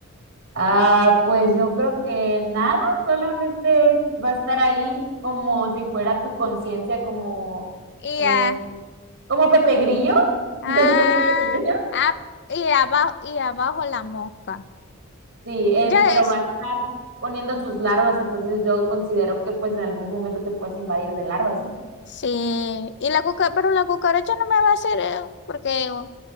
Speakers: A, on the right; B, on the left.
A: Ah, pues yo creo que nada, solamente es- va a estar ahí como si fuera tu conciencia, como,
B: Y,
A: eh,
B: ah,
A: como Pepe Grillo,
B: ah,
A: ¿sí sabes cuál es Pepe Grillo?
B: ah, y, abajo, y abajo la mosca.
A: Sí, en-
B: Ya
A: pero
B: es.
A: va a estar poniendo sus larvas, entonces yo considero que pues en algún momento te puedes invadir de larvas, ¿no?
B: Sí. Y la cuca- pero la cucaracha no me va a hacer, eh, porque